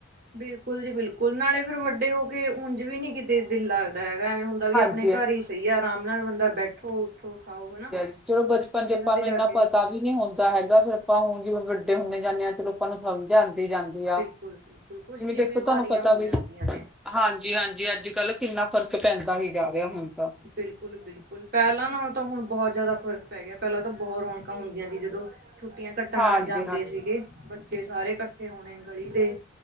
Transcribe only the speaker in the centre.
ਹਾਂਜੀ
ਚਲੋ ਬਚਪਨ
ਚ ਆਪਾਂ
ਨੂੰ
ਇੰਨਾ
ਪਤਾ ਵੀ। ਨੀ। ਹੁੰਦਾ। ਹੈਗਾ। ਫੇਰ। ਆਪਾਂ। ਹੁਣ। ਜਿਵੇਂ। ਵੱਡੇ। ਹੁੰਦੇ। ਜਾਂਦੇ। ਹਾਂ। ਚ। ਲੋਕਾਂ। ਨੂੰ। ਸਮਝ। ਆਂਉਦੇ। ਜਾਂਦੇ। ਵਧੀਆ।
ਜਿਵੇਂ।
ਦੇਖੋ। ਤੁਹਾਨੂੰ। ਪਤਾ।
ਵੀਗਾ।
ਹਾਂਜੀ। ਹਾਂਜੀ। ਅੱਜ। ਕੱਲ। ਕਿੰਨਾ। ਫ਼ਰਕ। ਪੈਂਦਾ। ਹੀ। ਜਾ। ਰਿਹਾ। ਹੁਣ। ਤਾਂ।
ਹਾਂਜੀ
ਹਾਂਜੀ